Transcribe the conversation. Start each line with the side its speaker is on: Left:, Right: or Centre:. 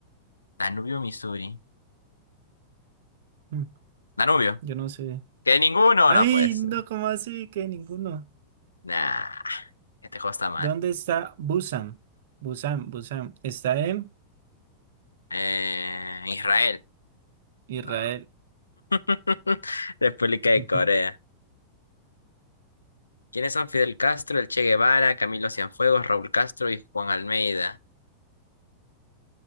Left: Danubio, Missouri.
Right: mm,
Left: Danubio.
Right: yo no sé.
Left: Que ninguno
Right: Ay,
Left: no puede ser.
Right: no, ¿cómo así? Que ninguno.
Left: Nah, este juego está mal.
Right: ¿Dónde está Busan? Busan, Busan. Está en
Left: Eh, Israel.
Right: Israel.
Left: No. <laughs> República de
Right: Ujú.
Left: Corea. ¿Quiénes son Fidel Castro, el Che Guevara, Camilo Cienfuegos, Raúl Castro y Juan Almeida?